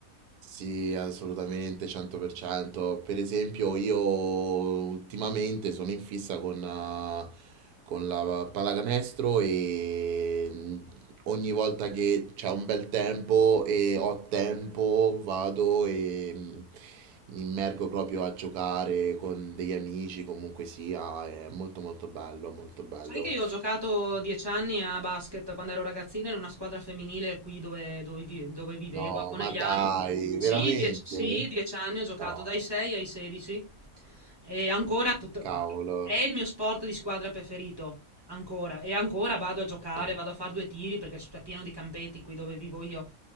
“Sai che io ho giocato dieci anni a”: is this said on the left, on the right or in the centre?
Right